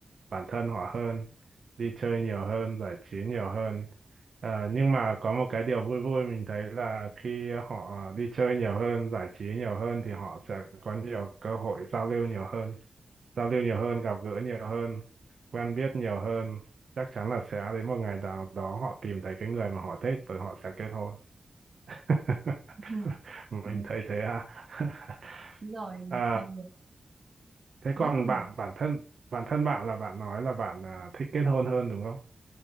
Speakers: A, on the right; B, on the right.
A: bản thân họ hơn đi chơi nhiều hơn giải trí nhiều hơn à, nhưng mà có một cái điều vui vui mình thấy là khi họ đi chơi nhiều hơn giải trí nhiều hơn thì họ sẽ có nhiều cơ hội giao lưu nhiều hơn giao lưu nhiều hơn gặp gỡ nhiều hơn quen biết nhiều hơn chắc chắn là sẽ đến một ngày nào đó họ tìm thấy cái người mà họ thích và họ sẽ kết hôn <laughs>
B: Ừ,
A: mình
B: ừ,
A: thấy thế à <laughs>
B: đúng rồi
A: Ờ,
B: thì
A: thế còn
B: cuối cùng
A: bạn bản thân bản thân bạn là bạn nói là bạn à, thích kết hôn hơn đúng không